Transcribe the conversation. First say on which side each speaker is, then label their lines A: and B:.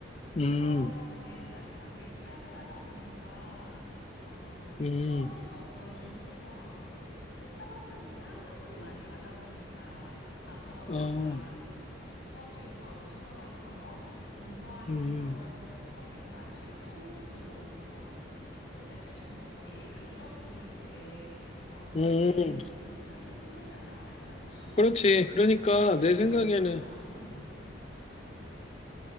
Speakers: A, on the left; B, on the left.
A: 우선
B: 음,
A: 이제 나는 작게 시작을 하다 보니까, 어,
B: 음,
A: 처음부터 그건 좀 힘들 것 같고, 또 스타벅스는 이제 학생들이 많이 가다 보니까 가서
B: 어,
A: 약간 독서실처럼, 도서관처럼 공부하면서
B: 음,
A: 뭐 커피도 마시고 또 뭐 거기서 뭐 샌드위치도 먹고 약간 이런 분위기인데, 어, 우리는
B: 음.
A: 그렇게 하기는 힘들잖아. 약간 또 전환이
B: 그렇지. 그러니까
A: 있어야 되고
B: 내 생각에는
A: 이러니까. 음.